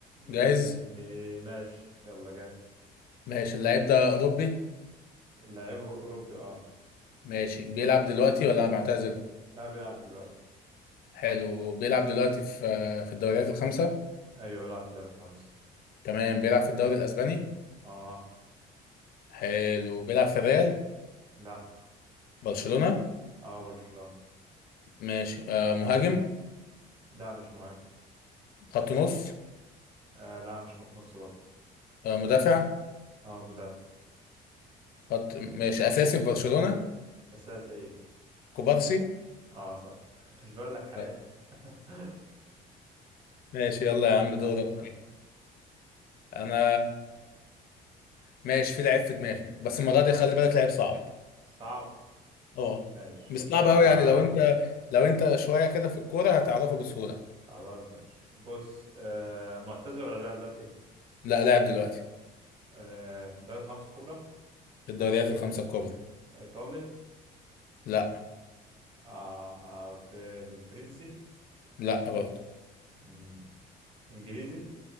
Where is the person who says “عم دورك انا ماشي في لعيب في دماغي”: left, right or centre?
Left